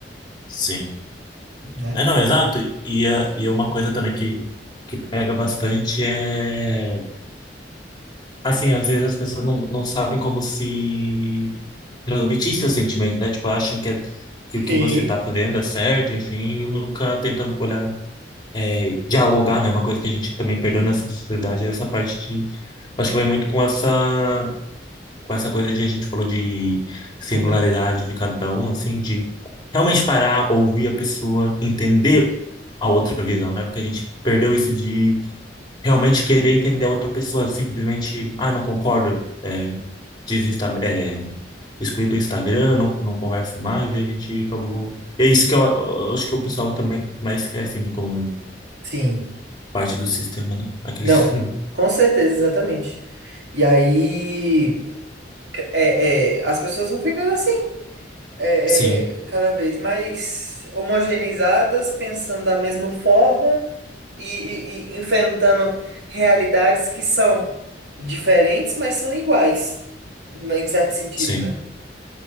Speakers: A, on the left; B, on the right.
A: sim.
B: né?
A: É, não, exato. E, é- e é uma coisa também que, que pega bastante é. Assim, às vezes as pessoas não, não sabem como se transmitir seus sentimentos, né? Tipo, acham que, é- que o que
B: Sim.
A: você tá fazendo é certo, enfim, e nunca tenta olhar, é, dialogar, né? Uma coisa que a gente também perdeu nessa sociedade é essa parte de. Acho que vai muito com essa, com essa coisa de a gente falou de singularidade
B: Uhum.
A: de cada um, assim, de realmente parar, ouvir a pessoa, entender a outra visão, né? Porque a gente perdeu isso de realmente querer entender a outra pessoa, simplesmente, ah, não concordo, é, desinsta, é, excluí do Instagram, não, não converso mais, e a gente acabou. E é isso que eu, eu acho que o pessoal também mais quer, assim, como
B: Sim.
A: parte do sistema, né? Aquele...
B: Não,
A: <laughs>
B: com certeza, exatamente. E aí, é, é, as pessoas vão ficando assim. é,
A: Sim,
B: é, cada vez mais homogeneizadas, pensando da mesma forma e, e- e enfrentando realidades que são diferentes, mas são iguais, né, em certo sentido,
A: sim.
B: né?